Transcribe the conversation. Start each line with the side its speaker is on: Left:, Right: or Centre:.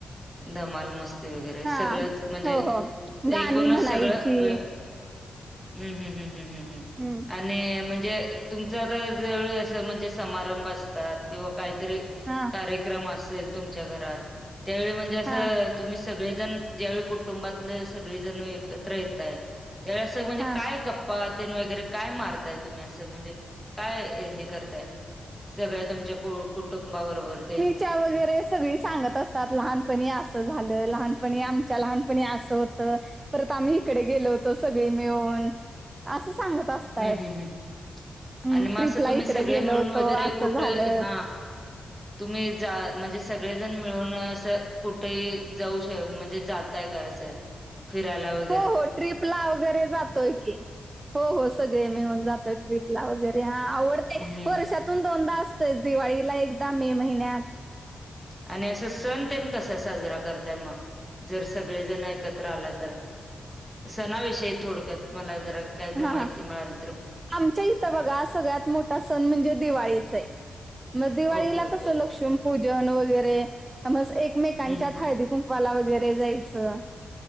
Centre: धमाल, मस्ती वगैरे सगळंच
Right: हा
Centre: म्हणजे
Right: हो हो गाणी
Centre: एकूणच
Right: म्हणायची
Centre: सगळं हम हं हं हं हं हं
Right: हम्म.
Centre: आणि म्हणजे तुमचं आता जेवळी असं म्हणजे समारंभ असतात किंवा काहीतरी
Right: हां
Centre: कार्यक्रम असेल तुमच्या घरात, त्या म्हणजे असं
Right: हा
Centre: तुम्ही सगळेजण, ज्यावेळी कुटुंबातलं सगळेजण एकत्र येताय त्यावेळी असं म्हणजे
Right: हा
Centre: काय गप्पा तेन वगैरे काय मारताय तुम्ही असं म्हणजे? काय हे करताय, सगळ्या तुमच्या कुटुंबाबरोबर ते?
Right: त्या वगैरे सगळी सांगत असतात, लहानपणी असं झालं, लहानपणी आमच्या लहानपणी असं होतं. परत आम्ही इकडे गेलो होतो सगळी मिळून, असं सांगत असतायत,
Centre: हं, हं, हं.
Right: हं
Centre: आणि मग
Right: ट्रिपला
Centre: असं तुम्ही
Right: इकडे
Centre: सगळे
Right: गेलो.
Centre: मिळून
Right: होतो
Centre: वगैरे
Right: असं
Centre: कुटं
Right: झालं
Centre: हा तुम्ही जा म्हणजे सगळेजण मिळून असं. कुठेही जाऊ श म्हणजे जाताय काय असं फिरायला वै
Right: हो हो ट्रीपला वगैरे जातोय की. हो हो सगळे मिळून जातोय ट्रीपला वगैरे. हा आवडते
Centre: हम्म
Right: वर्षात तून दोनदा असतेच दिवाळीला, एकदा मे महिन्यात.
Centre: आणि असं सण तेन कसा साजरा करताय मग? जर सगळेजण एकत्र आला तर. सणाविषयी थोडक्यात मला जरा काहीतरी
Right: हा
Centre: माहिती
Right: हा
Centre: मिळाल
Right: आमच्या इथं बघा, सगळ्यात मोठा सण म्हणजे दिवाळीचये. मग दिवाळीला
Centre: ओके ओके
Right: कस लक्ष्मी पूजन वगैरे, म एकमेकांच्यात
Centre: हम्म
Right: हळदी कुंकू वाला वगैरे जायचं,